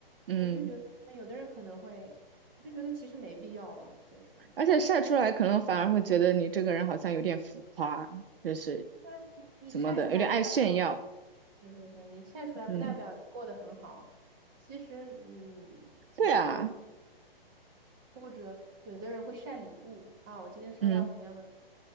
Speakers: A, on the right; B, on the right.
A: 嗯。
B: 我就觉得，那有的人可能会，我就觉得其实没必要吧，就是，
A: 而且晒出来可能反而会觉得你这个人好像有点浮夸，就是
B: 那你你晒出来不代表，
A: 怎么的，有点爱炫耀。
B: 是是是，你晒出来不代表过得很好。
A: 嗯，
B: 其实，嗯，其实。
A: 对啊，
B: 或者有的人会晒礼物啊，我今天收到什么样的礼物
A: 嗯，